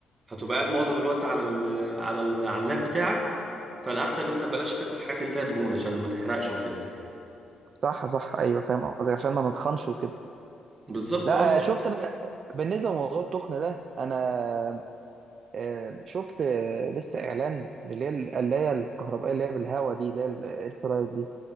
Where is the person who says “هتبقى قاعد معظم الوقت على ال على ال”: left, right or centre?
Right